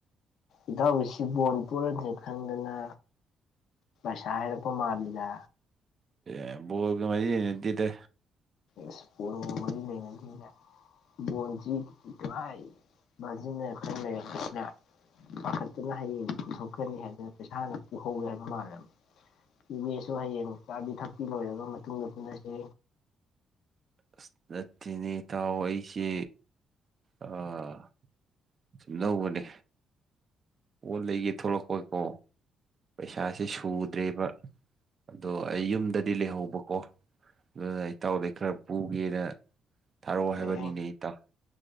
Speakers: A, on the left (about 80°); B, on the right (about 40°).
A: ꯏꯇꯥꯎꯕꯤꯁꯤ ꯕꯣꯟ ꯄꯣꯔꯅꯤ ꯈꯪꯗꯅ ꯗꯁꯥ ꯍꯥꯏꯔꯛꯄꯥ ꯃꯥꯜꯂꯤꯗ
B: ꯑꯦ ꯕꯣꯜꯒ ꯃꯔꯤ ꯂꯩꯅꯗꯦꯗ
A: ꯏꯁ ꯕꯣꯜꯒ ꯃꯔꯤ ꯂꯩꯅꯗꯦꯗ ꯕꯣꯜ ꯗꯤ ꯇꯥꯏ ꯖꯤ ꯊꯝ ꯂꯩ ꯈꯁꯤꯅ ꯄꯥꯈꯠꯇꯨꯅ ꯍꯌꯦꯡꯗꯤ ꯄꯨꯊꯣꯛꯈ꯭ꯔꯅꯤ ꯍꯥꯏꯗꯅ ꯄꯩꯁꯥ ꯍꯥꯟꯅ ꯄꯨꯍꯧꯒꯦ ꯍꯥꯏꯕ ꯃꯥꯜꯂꯦꯕ ꯌꯨꯕꯦꯁꯨ ꯍꯌꯦꯡ ꯆꯥꯕꯤ ꯊꯛꯄꯤ ꯂꯣꯏꯔꯕ ꯃꯇꯨꯡꯗ ꯄꯨꯂꯁꯦ
B: ꯑꯁ ꯅꯠꯇꯦꯅꯦ ꯏꯇꯥꯎ ꯑꯩꯁꯦ ꯑꯥ ꯁꯨꯝ ꯂꯧꯕꯅꯦ ꯄꯣꯠ ꯂꯩꯒꯦ ꯊꯣꯛꯂꯛꯄꯀꯣ ꯄꯩꯁꯥꯁꯦ ꯁꯨꯗ꯭ꯔꯦꯕ ꯑꯗꯣ ꯑꯩ ꯌꯨꯝꯗꯗꯤ ꯂꯩꯍꯧꯕꯀꯣ ꯑꯗꯨꯅ ꯑꯩꯇꯥꯎꯗꯩ ꯈꯔ ꯄꯨꯒꯦꯅ ꯊꯥꯔꯛꯑꯣ ꯍꯥꯏꯕꯅꯤꯅꯦ
A: ꯑꯦ
B: ꯏꯇꯥꯎ